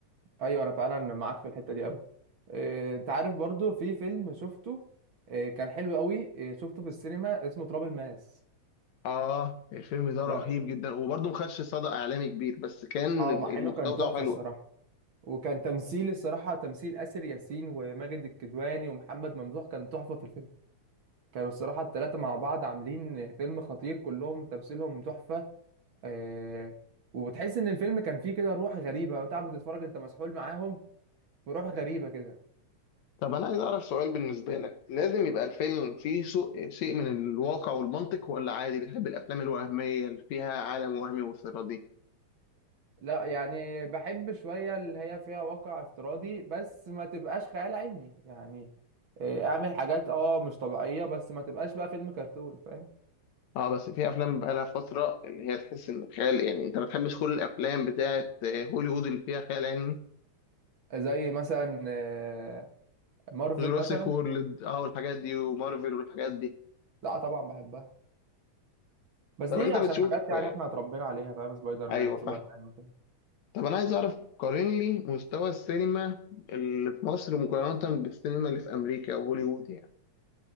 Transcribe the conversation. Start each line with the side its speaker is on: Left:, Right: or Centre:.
Right: ايوه انا فعلا معاك في الحته دي قوي آه، انت عارف برضه في فيلم شفته آه، كان حلو قوي آه، شفته في السينما اسمه تراب الماس
Left: اه الفيلم ده
Right: لا
Left: رهيب جدا وبرضو ما خدش صدى اعلامي كبير بس كان
Right: اه
Left: المحتوى
Right: مع انه كان
Left: بتاعه
Right: تحفه
Left: حلو
Right: الصراحه وكان تمثيل الصراحه تمثيل آسر ياسين وماجد الكدواني ومحمد ممدوح كان تحفه في الفيلم كانوا الصراحه الثلاثه مع بعض عاملين فيلم خطير كلهم تمثيلهم تحفه آه وبتحس ان الفيلم كان فيه كده روح غريبه وانت قاعد بتتفرج انت مسحول معاهم في روح غريبه كده
Left: طب انا عايز اعرف سؤال بالنسبه لك لازم يبقى الفيلم فيه سوء- شيء من الواقع والمنطق ولا عادي بتحب الافلام الوهميه اللي فيها عالم وهمي وافتراضي
Right: لا يعني بحب شويه اللي هي فيها واقع افتراضي بس ما تبقاش خيال علمي يعني آه، اعمل حاجات اه مش طبيعيه بس ما تبقاش بقى فيلم كرتون فاهم
Left: اه بس في افلام بقى لها فتره اللي هي تحس ان خيال يعني انت ما بتحبش كل الافلام بتاعه هوليوود اللي فيها خيال علمي
Right: زي مثلا آه، مارفل
Left: جوراسيك
Right: مثلا
Left: وورلد اه والحاجات دي ومارفل والحاجات دي
Right: لا طبعا بحبها بس
Left: طب
Right: دي
Left: انت
Right: عشان
Left: بتشوف
Right: حاجات يعني
Left: آه،
Right: احنا اتربينا عليها فاهم سبايدر
Left: ايوه
Right: مان وسوبر
Left: فاهم
Right: مان وكده
Left: طب انا عايز اعرف قارن لي مستوى السينما اللي في مصر مقارنه بالسينما اللي في امريكا وهوليوود يعني